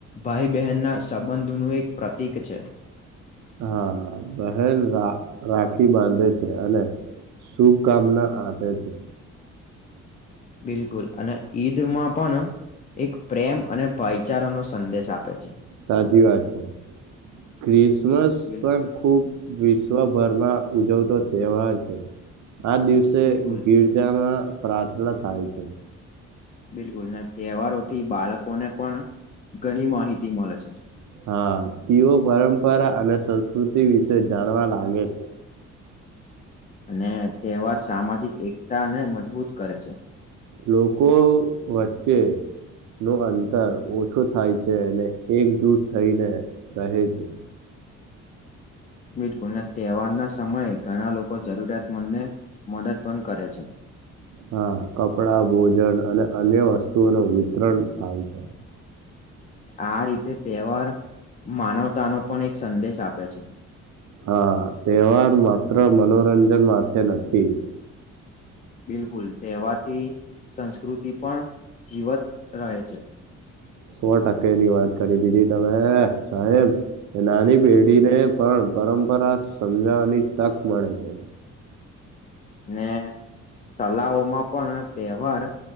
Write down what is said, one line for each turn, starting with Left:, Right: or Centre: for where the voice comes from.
Left: ભાઈ બહેન ના સંબંધનું એક પ્રાતિક છે.
Right: હા બહેન રા રાખી બાંધે છે અને શુભકામના આપે છે.
Left: બિલકુલ અને ઈદમાં પણ એક પ્રેમ અને ભાઈચારો નો સંદેશ આપે છે.
Right: સાચી વાત છે ક્રિસમસ
Left: બિલ
Right: પણ ખુબ વિશ્વભરમાં ઉજવતો તહેવાર છે. આ દિવસે
Left: બિલકુલ
Right: ગિરજામાં પ્રાર્થના થાય છે.
Left: બિલકુલ ના તહેવારોથી બાળકોને પણ ઘણી માહિતી મળે છે.
Right: હા તેઓ પરંપરા અને સંસ્કૃતિ વિશે જાણવા લાગે છે.
Left: અને તહેવાર સામાજિક એકતા ને મજબૂત કરે છે.
Right: લોકો વચ્ચે નો અંતર ઓછો થાય છે અને એકજૂટ થઈને રહે છે.
Left: બલકુલના તહેવારના સમયે ઘણા લોકો જરૂરિયાતમંદને મદદ પણ કરે છે.
Right: હા કપડા ભોજન અને અન્ય વસ્તુઓ ન વિતરણ થાય છે.
Left: આ રીતે તહેવાર માનવતાનોો પણ એક સંદેશ આપે છે.
Right: હા તહેવાર માત્ર મનોરંજન માટેથે નથી.
Left: બિલકુલ તહેવારથી સંસ્કૃતિ પણ જીવત રહે છે.
Right: સો ટકે ની વાત કરી દીધી તમે સાહેબ નાની પેઢી ને પણ પરંપરા સમજાવવાની તક મળે છે.
Left: ને સલાઓમાં પણ તહેવાર